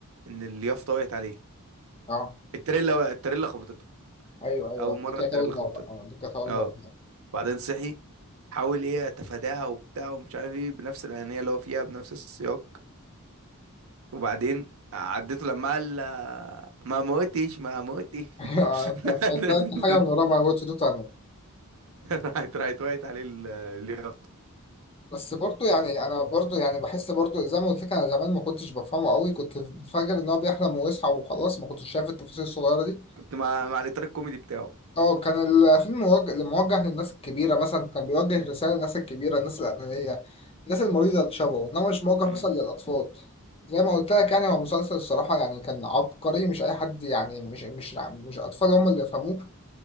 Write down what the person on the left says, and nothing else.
اه
ايوه ايوه
دي كانت
اول
مره اه دي كانت اول
مره
<laughs> آه،
فكرت حاجه من ورا ما قلت دو تاني
بس برضو يعني انا برضو يعني بحس برضو زي ما قلت لك انا زمان ما كنتش بفهمه قوي كنت فاكر ان هو بيحلم ويصحى وخلاص ما كنتش شايف التفاصيل الصغيره دي
اه كان الفيلم موجه موجه للناس الكبيره مثلا كان بيوجه رساله للناس الكبيره الناس الانانيه الناس المريضه اللي شبهه انما مش موجه
مثلا للاطفال زي ما قلت لك يعني هو مسلسل الصراحه يعني كان عبقري مش اي حد يعني مش مش مش اطفال هم اللي يفهموه